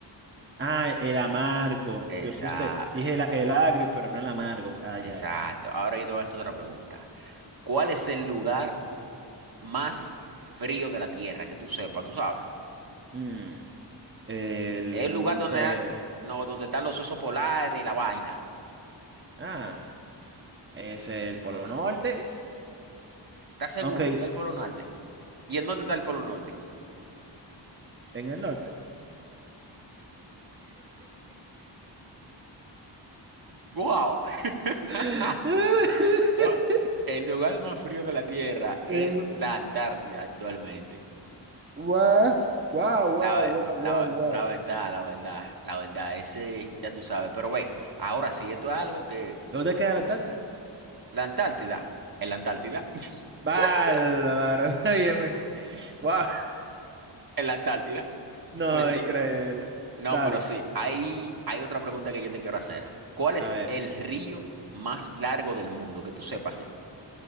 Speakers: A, on the right; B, on the right.
A: ah, el amargo.
B: Esa,
A: Yo puse, dije la- el agrio, pero no el amargo. Ah,
B: exacto.
A: ya, ya, ya.
B: Ahora yo te voy a hacer otra pregunta. ¿Cuál es el lugar más frío de la Tierra? Que tú sepas, tú sabes.
A: Mm, el
B: Es el lugar
A: monte.
B: donde, na- no, donde están los osos polares y la vaina.
A: Ah, es el Polo Norte.
B: ¿Estás seguro
A: Ok,
B: que es el Polo Norte? ¿Y en dónde está el Polo Norte?
A: en el norte.
B: ¡Guau! <laughs>
A: <laughs>
B: No, el lugar más frío de la Tierra es
A: Em,
B: la Antártida actualmente.
A: guau, guau, guau,
B: La, ve-
A: guau,
B: la,
A: guau,
B: ve-
A: guau.
B: la verdad, la verdad, la verdad, ese ya tú sabes. Pero ve, ahora sí, esto es algo que
A: ¿Dónde queda la tarta?
B: la Antártida, en la Antártida, <laughs>
A: Bárbaro. <laughs> Óyeme. Wow.
B: en la Antártida,
A: No,
B: pues sí,
A: increíble.
B: no,
A: Dale.
B: pero sí, hay, hay otra pregunta que yo te quiero hacer. ¿Cuál es
A: A ver.
B: el río más largo del mundo? Que tú sepas, sí.